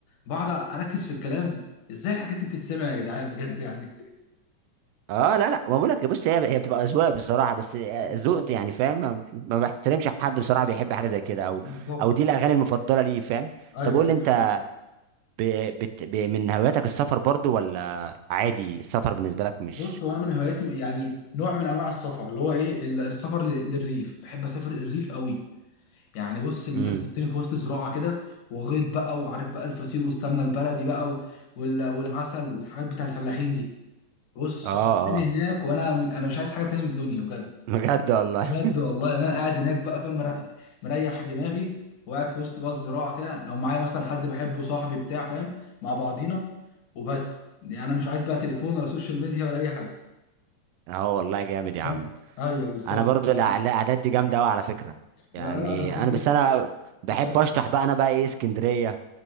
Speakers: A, on the left (about 70°); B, on the right (about 85°).
A: بقعد اركز في الكلام ازاي الحاجات دي بتتسمع يا جدعان بجد يعني
B: اه لا لا ما بقولك بص هي هي بتبقى اذواق بصراحه بس
A: بالظبط
B: ذوقت يعني فاهم ما ما بحترمش حد بصراحه بيحب حاجه زي كده او
A: بالظبط
B: او
A: دي
B: دي الاغاني
A: حقيقة.
B: المفضله ليه فاهم
A: ايوه
B: طب قول
A: أيوة،
B: لي انت
A: دي حقيقة.
B: ب... بت... ب... من هواياتك السفر برضو ولا عادي السفر بالنسبه لك مش
A: بص هو انا من هواياتي يعني نوع من انواع السفر اللي هو ايه ال- السفر لل- للريف بحب اسافر الريف قوي يعني بص ان
B: امم
A: انت تحطني في وسط زراعه كده وغيط بقى وعارف بقى الفطير والسمنه البلدي بقى وال- والعسل والحاجات بتاع الفلاحين دي بص
B: اه
A: حطني
B: اه
A: هناك وانا انا مش عايز حاجه تاني من الدنيا بجد
B: بجد والله
A: بجد والله يعني انا قاعد هناك بقى فاهم مر- مريح دماغي وقاعد في وسط بقى الزراعه كده لو معايا مثلا حد بحبه صاحبي بتاع فاهم مع بعضينا وبس يعني انا مش عايز بقى تليفون ولا سوشيال ميديا ولا اي حاجه
B: <laughs> اه والله جامد يا
A: فاهم
B: عم
A: ايوه بالظبط
B: انا برضو
A: لا
B: الأع- الاعداد دي جامده قوي على فكره يعني
A: لا انا بحب
B: انا بس انا بحب
A: انت
B: اشطح بقى انا بقى ايه اسكندريه